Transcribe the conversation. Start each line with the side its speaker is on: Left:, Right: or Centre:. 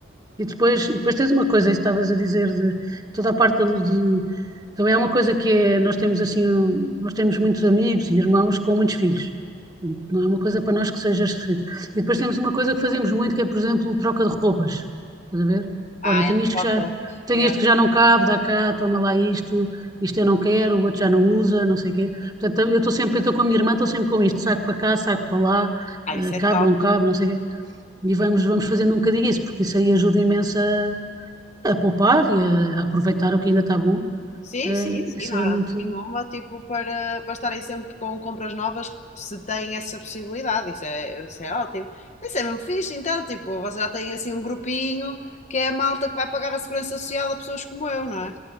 Right: e depois, e depois tens uma coisa, isso estavas a dizer, de toda a parte de, de- Também é uma coisa que é, nós temos assim, um- nós temos muitos amigos e irmãos com muitos filhos. Portanto, Não é uma coisa para nós que seja esquisito. E depois temos uma coisa que fazemos muito, que é, por exemplo, troca de roupas. Estás a ver?
Left: Ah,
Right: Olha, tenho
Left: entre
Right: isto
Left: vocês.
Right: que já, tenho
Left: Yeah.
Right: este que já não cabe, dá cá, toma lá isto, isto eu não quero, o outro já não usa, não sei o quê. Portanto, eu estou sempre, eu estou com a minha irmã, estou sempre com isto, saco para cá, saco para lá,
Left: Ah,
Right: eh,
Left: isso é
Right: cabe,
Left: tal.
Right: não cabe, não sei o quê. E vamos, vamos fazendo um bocadinho isso, porque isso aí ajuda imenso a, a poupar e a, a aproveitar o que ainda está bom.
Left: Sim,
Right: É,
Left: sim, sim,
Right: isso
Left: não
Right: é
Left: há
Right: muito.
Left: razão nenhuma, tipo, para, para estarem sempre com compras novas, se têm essa possibilidade, isso é, isso é ótimo. Isso é mesmo fixe, então, tipo, vocês já têm assim um grupinho que é a malta que vai pagar a segurança social a pessoas como eu, não é?